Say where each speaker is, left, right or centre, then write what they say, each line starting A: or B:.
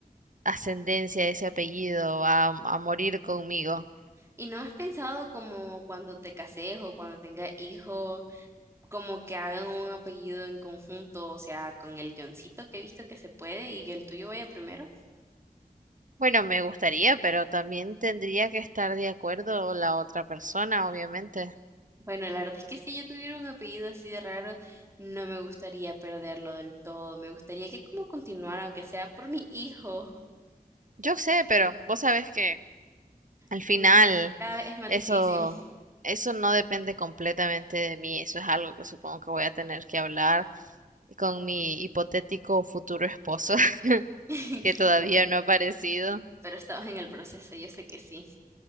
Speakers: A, on the right (about 55°); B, on the right (about 15°).
A: ascendencia, ese apellido va a, a morir conmigo.
B: ¿Y no has pensado como cuando te cases o cuando tengas hijos? como que hagan un apellido en conjunto, o sea, con el guioncito que he visto que se puede y el tuyo vaya primero.
A: Bueno, me gustaría, pero también tendría que estar de acuerdo la otra persona, obviamente.
B: Bueno, la verdad es que si yo tuviera un apellido así de raro, no me gustaría perderlo del todo. Me gustaría que como continuara, aunque sea por mi hijo.
A: Yo sé, pero vos sabés que Al
B: Sí,
A: final,
B: cada vez es más
A: eso,
B: difícil.
A: eso no depende completamente de mí, eso es algo que supongo que voy a tener que hablar con mi hipotético futuro esposo, <laughs>
B: <laughs>
A: que todavía
B: Bueno,
A: no ha aparecido.
B: pero estamos en el proceso, yo sé que sí.